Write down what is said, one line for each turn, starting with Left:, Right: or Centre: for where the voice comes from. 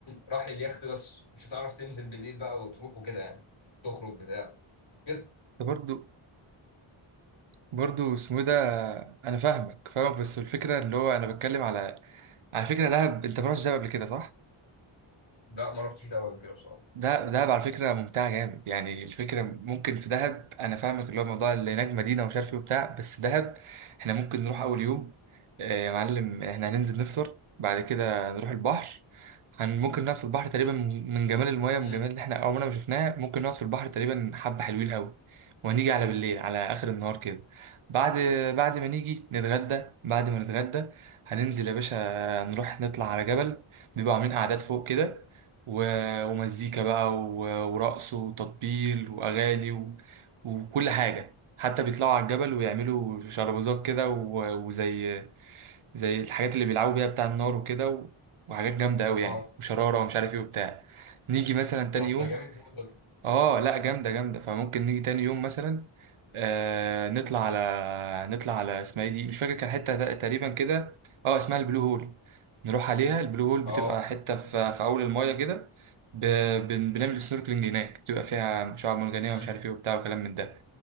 Left: راح لليخت بس مش هتعرف تنزل بالليل بقى وتروح وكده يعني تخرج بتاع كده
Right: برضو برضو اسمه إيه ده انا فاهمك فاهمك بس الفكره اللي هو انا بتكلم على على فكره دهب انت ما رحتش دهب قبل كده صح
Left: لا ما رحتش ده قبل كده بصراحه
Right: ده دهب على فكرة ممتعة جامد يعني الفكرة ممكن في دهب أنا فاهمك اللي هو موضوع اللي هناك مدينة ومش عارف إيه وبتاع بس دهب إحنا ممكن نروح أول يوم آه، يا معلم إحنا هننزل نفطر بعد كده نروح البحر هن ممكن نقعد في البحر تقريبا من من جمال المياه
Left: امم
Right: من جمال اللي إحنا عمرنا ما شفناه ممكن نقعد في البحر تقريبا حبة حلوين قوي وهنيجي على بالليل على آخر النهار كده بعد بعد ما نيجي نتغدى بعد ما نتغدى هننزل يا باشا نروح نطلع على جبل بيبقوا عاملين قعدات فوق كده ومزيكا بقى و- ورقص وتطبيل وأغاني و... وكل حاجة حتى بيطلعوا على الجبل ويعملوا شربوزات كده و... وزي زي الحاجات اللي بيلعبوا بيها بتاع النار وكده و... وحاجات جامدة أوي
Left: اه
Right: يعني وشرارة ومش عارف ايه وبتاع نيجي مثلا تاني
Left: طب
Right: يوم
Left: ده جامد موت ده
Right: اه لا جامده جامده فممكن نيجي تاني يوم مثلا آه نطلع على نطلع على اسمها ايه دي مش فاكر كان حته تق- تقريبا كده اه اسمها البلو هول نروح عليها البلو هول بتبقى
Left: اه
Right: حته في, في اول المايه كده ب... بن... بنعمل سنوركلينج هناك بتبقى فيها شعاب مرجانيه
Left: امم
Right: ومش عارف ايه وبتاع وكلام من ده